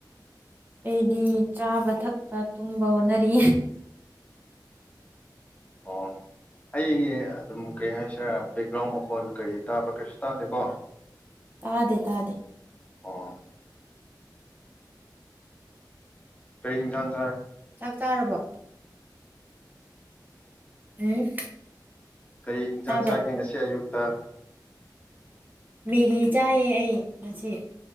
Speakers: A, on the right; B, on the left.
A: ꯑꯩꯗꯤ ꯆꯥꯕ ꯊꯛꯄ ꯇꯨꯝꯕ ꯍꯣꯠꯅꯔꯤ
B: ꯑꯣ ꯑꯩ ꯑꯗꯨꯝ ꯀꯩ ꯍꯥꯏꯁꯔꯦ ꯉꯥꯎ ꯃꯈꯣꯟ ꯀꯔꯤ ꯇꯥꯕ꯭ꯔꯥ ꯀꯩꯁꯨ ꯇꯥꯗꯦꯀꯣ
A: ꯇꯥꯗꯦ ꯇꯥꯗꯦ
B: ꯑꯣ ꯐꯔꯤ ꯀꯥꯡ
A: ꯆꯥꯛ ꯆꯥꯔꯕꯣ ꯎꯝ
B: ꯀꯔꯤ ꯌꯦꯟꯁꯥꯡ
A: ꯇꯥꯕ꯭ꯔꯣ
B: ꯆꯥꯒꯦ ꯉꯁꯤ ꯑꯌꯨꯛꯇ
A: ꯃꯦꯒꯤ ꯆꯥꯏꯌꯦ ꯑꯩ ꯉꯁꯤ